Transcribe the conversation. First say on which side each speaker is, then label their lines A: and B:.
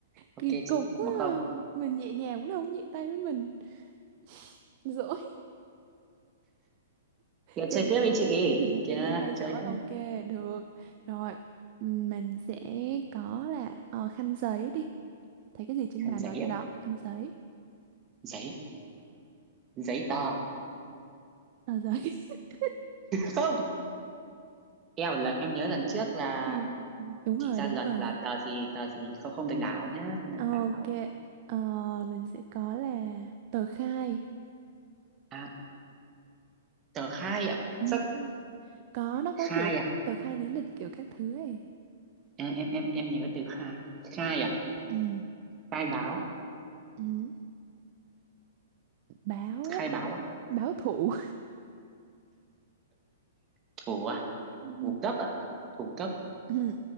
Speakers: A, on the right; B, on the right.
A: Ok
B: Kỳ
A: chị,
B: cục quá
A: một không.
B: à. Mình nhẹ nhàng cũng không nhẹ tay với mình <laughs> Dỗ
A: Kìa
B: chơi
A: chơi tiếp đi chị.
B: <laughs>
A: Kìa
B: chơi game hay
A: chơi
B: giỏi
A: tiếp
B: ok
A: đi.
B: được rồi ừm, mình sẽ có là ờ, khăn giấy đi thấy cái gì trên
A: Khăn
B: bàn
A: giấy
B: nói cái
A: ạ.
B: đó khăn giấy
A: Giấy, giấy tờ.
B: tờ giấy <laughs>
A: Không. Kèo lần em nhớ lần trước là
B: Ừm, đúng
A: chị
B: rồi
A: ra
B: đúng
A: luật
B: rồi
A: là tờ gì tờ gì không không được đảo nhá, không được
B: Ờ,
A: đảo.
B: ok ờ, mình sẽ có là tờ khai
A: À, tờ khai ạ.
B: Ừm,
A: Rất
B: đúng rồi có nó có
A: khai
B: kiểu
A: à.
B: tờ khai lý lịch kiểu các thứ ấy
A: Em em em em nhớ từ khai. Khai à?
B: Ừm,
A: Khai báo
B: ừm, báo
A: khai báo á
B: báo thủ
A: thủ à
B: <laughs> Ừm,
A: thủ cấp á thủ cấp
B: ừm.